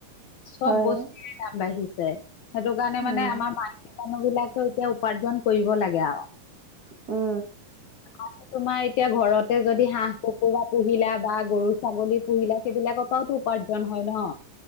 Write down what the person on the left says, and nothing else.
চব
বস্তু দাম বাঢ়িছে সেইটো কাৰণে মানে
আমাৰ মাইকী মানুহ বিলাকেও এতিয়া উপাৰ্জন কৰিব লাগে আৰু
আৰু তোমাৰ এতিয়া ঘৰতে যদি হাঁহ, কুকুৰা পুহিলা বা গৰু, ছাগলী পুহিলা সেইবিলাকৰ পৰাওতো উপাৰ্জন হয় ন